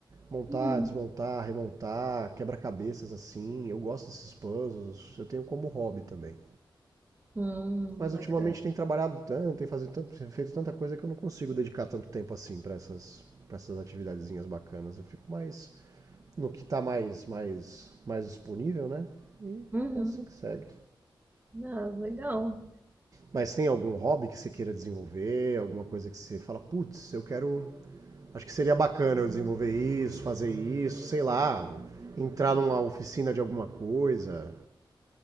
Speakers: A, on the right; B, on the right.
A: Montar,
B: Hum.
A: desmontar, remontar, quebra-cabeças assim. Eu gosto desses puzzles, eu tenho como hobby também.
B: Hum,
A: Mas
B: bacana.
A: ultimamente tem trabalhado tanto, tem fazido tanto- feito tanta coisa que eu não consigo dedicar tanto tempo assim pra essas para essas atividadezinhas bacanas. Eu fico mais no que tá mais mais mais disponível, né? E
B: Uhum.
A: é assim que segue.
B: Ah, legal.
A: Mas tem algum hobby que você queira desenvolver, alguma coisa que você fala, putz, eu quero Acho que seria bacana eu desenvolver isso, fazer isso, sei lá, entrar numa oficina de alguma coisa,